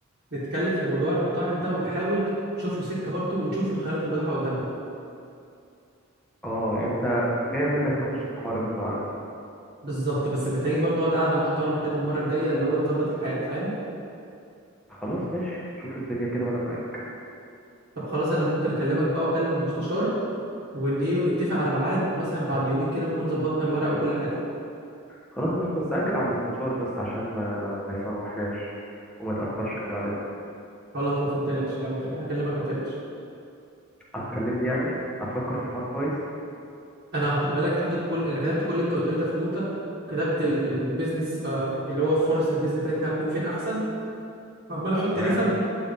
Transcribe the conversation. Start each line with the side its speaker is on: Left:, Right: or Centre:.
Right: نتكلم في موضوع المطاعم ده ونحاول نشوف له سكه برضه ونشوف الخيارات المتاحه قدامنا
Centre: اه يعني انت جاية منك نخش في حوار المطاعم ده
Right: بالظبط بس محتاجين برضه نقعد قعده محترمه كده المره الجايه اللي هو نظبط الحال فاهم
Centre: خلاص ماشي شوف الدنيا كده وانا معاك
Right: طب خلاص انا ممكن اكلمك بقى واكلم المستشار ون ايه ونتفق على ميعاد مثلا بعد يومين كده نكون ظبطنا الورق وكل حاجه
Centre: خلاص ماشي بس أكد على المستشار بس عشان ما ما يسوحناش وما يتأخرش كمان علينا
Right: خلاص خلاص ما تقلقش لا ما تقلقش هكلمك ما تقلقش
Centre: هتكلمني يعني هتفكر في الحوار كويس
Right: انا خلي بالك حاطط كل انا كتبت كل اللي انت قلت لي ده في نوته كتبت ال... البيزنس آه، اللي هو فرص البيزنس بتاعتنا هتكون فين احسن عمال احط
Centre: تمام
Right: نسب